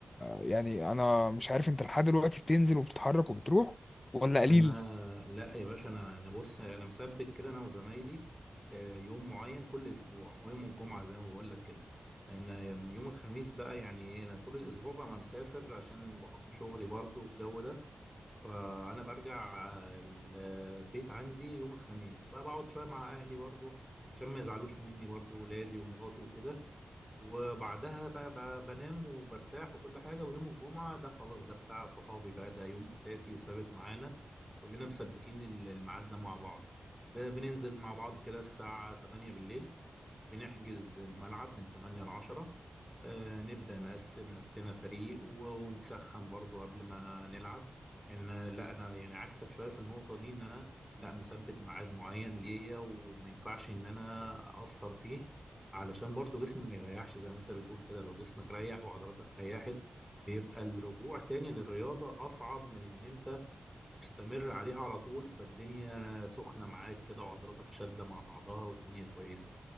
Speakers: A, on the left; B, in the centre.
A: يعني انا مش عارف انت لحد دلوقتي بتنزل وبتتحرك وبتروح ولا قليل
B: انا لا يا باشا انا انا بص انا مثبت كده انا وزمايلي آه، يوم معين كل اسبوع هو يوم الجمعه زي ما بقول لك كده انا يم- يوم الخميس بقى يعني ايه انا طول الاسبوع بقى ما مسافر عشان بحكم شغلي برضه والجو ده فانا برجع آه، البيت عندي يوم الخميس فبقعد شويه مع اهلي برضه عشان ما يزعلوش مني برضه ولادي ومراتي وكده وبعدها بقى, بقى بنام وبرتاح وكل حاجة ويوم الجمعة ده خلاص ده بتاع صحابي بقى ده يوم أساسي وثابت معانا كلنا مثبتين ال- الميعاد ده مع بعض ب- بننزل مع بعض كده الساعة 8 بالليل بنحجز الملعب من 8 ل 10 آه، نبدأ نقسم نفسنا فريق و- ونسخن برضو قبل ما نلعب يعني انا لا انا يعني عكسك شوية في النقطة دي ان انا لا مثبت ميعاد معين ليا وما ينفعش ان انا اقصر فيه علشان برضو جسمي ما يريحش زي ما انت بتقول كده لو جسمك ريح وعضلاتك ريحت بيبقى الرجوع تاني للرياضة أصعب من إن أنت مستمر عليها على طول فالدنيا سخنة معاك كده وعضلاتك شادة مع بعضها والدنيا كويسة